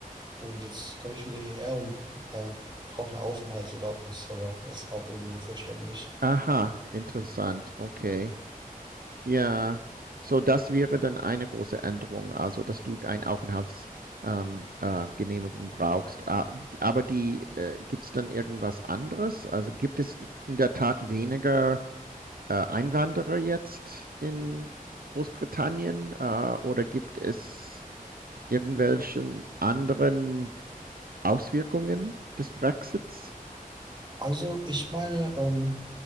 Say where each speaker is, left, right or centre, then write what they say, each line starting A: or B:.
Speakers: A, on the right; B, on the right.
A: und jetzt komme ich wieder hierher und ähm, brauche eine Aufenthaltserlaubnis, aber das ist auch irgendwo verständlich.
B: Aha, interessant. Okay. Ja, so das wäre dann eine große Änderung, also dass du eine Aufenthaltsgenehmigung ähm, äh, Genehmigung brauchst. Ah, Aber die äh, gibt es dann irgendwas anderes? Also gibt es in der Tat weniger äh, Einwanderer jetzt in Großbritannien äh, oder gibt es irgendwelchen anderen Auswirkungen des Brexits?
A: Also ich meine, ähm,